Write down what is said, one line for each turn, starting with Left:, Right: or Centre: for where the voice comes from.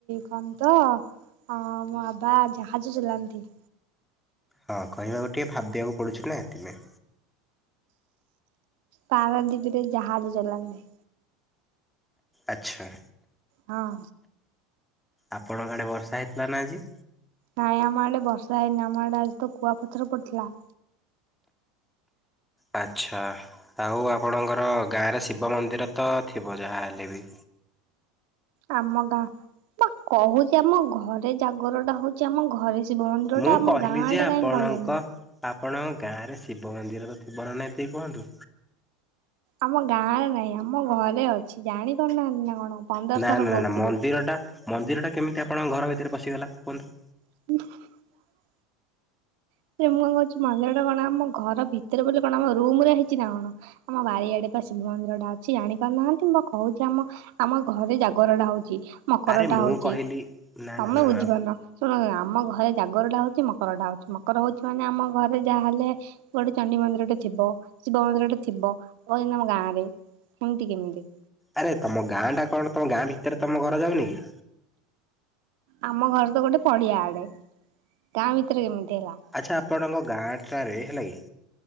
Right: କଣ ତ ଅ ମୋ ବାବା ଜାହାଜ ଚଲାନ୍ତି।
Centre: ହଁ କହିବାକୁ ଟିକେ ଭାବିବାକୁ ପଡ଼ୁଛି ନା ଏଥିପାଇଁ।
Right: ପାରାଦୀପରେ ଜାହାଜ ଚଲାନ୍ତି।
Centre: ଆଚ୍ଛା।
Right: ହଁ।
Centre: ଆପଣଙ୍କ ଆଡ଼େ ବର୍ଷା ହେଇଥିଲା ନା ଆଜି?
Right: ନାଇଁ ଆମ ଆଡେ ବର୍ଷା ହେଇନି ଆମ ଆଡେ ଆଜି ତ କୁଆପଥର ପଡିଥିଲା।
Centre: ଆଚ୍ଛା ଆଉ ଆପଣଙ୍କର ଗାଁରେ ଶିବ ମନ୍ଦିର ତ ଥିବ ଯାହା ହେଲେ ବି।
Right: ଆମ ଗାଁ ବା କହୁଛି ଆମ ଘରେ ଜାଗର ଟା ହଉଛି ଆମ ଘରେ। ସେ ମନ୍ଦିରଟା
Centre: ମୁଁ
Right: ଆମ
Centre: କହିଲି
Right: ଗାଁ ଆଡ଼େ
Centre: ଯେ ଆପଣଙ୍କ
Right: କାଇଁ କଲେନୀ?
Centre: ଆପଣଙ୍କ ଗାଁରେ ଶିବ ମନ୍ଦିରର ଥିବ ନା ନାଇଁ ଏତିିକି କୁହନ୍ତୁ?
Right: ଆମ ଗାଁରେ ନାହିଁ ଆମ ଘରେ ଅଛି ଜାଣିପାରୁନାହାନ୍ତି ନା କଣ? ପନ୍ଦର
Centre: ନା
Right: ଥର
Centre: ନା
Right: କହୁଥିବି।
Centre: ନା ମନ୍ଦିର ଟା ମନ୍ଦିର ଟା କେମିତି ଆପଣଙ୍କ ଘର ଭିତରେ ପଶିଗଲା କୁହନ୍ତୁ?
Right: <unintelligible> <unintelligible> ମୁଁ କଣ କହୁଛି ମନ୍ଦିର ଟା କଣ ଆମ ଘର ଭିତରେ ବୋଲି କଣ ଆମ ରୁମ୍ ରେ ହେଇଛି ନା କଣ? ଆମ ବାରିଆଡ଼େ ପା ଶିବ ମନ୍ଦିର ଟା ଅଛି ଆଣି ପାରୁନାହାନ୍ତି ମୁଁ ବା କହୁଛି ଆମ ଆମ ଘରେ ଜାଗର ଟା ହଉଛି ମକର
Centre: ଆରେ
Right: ଟା
Centre: ମୁଁ
Right: ହଉଛି
Centre: କହିଲି ନା
Right: ତମେ
Centre: ନା ନା
Right: ବୁଝିପାରୁନ।
Centre: ନା
Right: ଶୁଣ ଶୁଣ ଆମ ଘରେ ଜାଗରଟା ହଉଛି ମକରଟା ହଉଛି ମକର ହଉଛି ମାନେ ଆମ ଘରେ ଯାହେଲେ କୋଉଠି ଚଣ୍ଡି ମନ୍ଦିରଟେ ଥିବ ଶିବ ମନ୍ଦିରଟେ ଥିବ କହୁଅନ୍ତି ଆମ ଗାଁ ରେ ସେମିତି କେମିତି?
Centre: ଆରେ ତମ ଗାଁଟା କଣ ତମ ଗାଁ ଭିତରେ ତମ ଘର ଯାଉନି କି?
Right: ଆମ ଘର ତ ଗୋଟେ ପଡ଼ିଆ ଆଡ଼େ ଗାଁ ଭିତେରେ କେମିତି ହେଲା?
Centre: ଆଚ୍ଛା ଆପଣଙ୍କ ଗାଁଟାରେ ହେଲା କି?